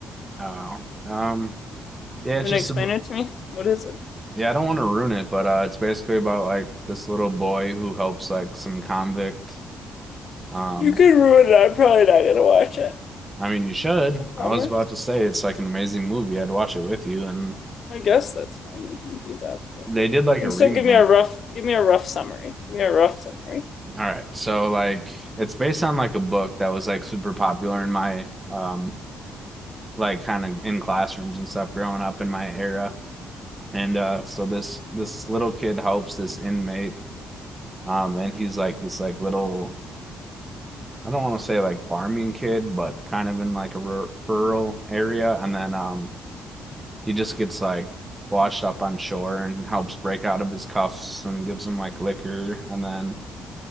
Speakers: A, on the right; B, on the left.
A: Oh, um, yeah, it's
B: You want
A: just
B: to explain
A: ab-
B: it to me? What is it?
A: yeah, I don't want to ruin it, but uh, it's basically about like this little boy who helps like some convict. Um,
B: You could ruin it. I'm probably not gonna watch it.
A: I mean, you should.
B: I
A: I
B: promise.
A: was about to say it's like an amazing movie. I'd watch it with you, and
B: I guess that's fine. We can do that, but
A: they did like
B: you can
A: a remake.
B: still give me a rough, give me a rough summary. Give me a rough summary.
A: All right, so like it's based on like a book that was like super popular in my um like kind of in classrooms and stuff growing up in my era. And uh so this this little kid helps this inmate. Um and he's like this like little I don't want to say like farming kid, but kind of in like a rur rural area and then um he just gets like washed up on shore and helps break out of his cuffs and gives him like liquor and then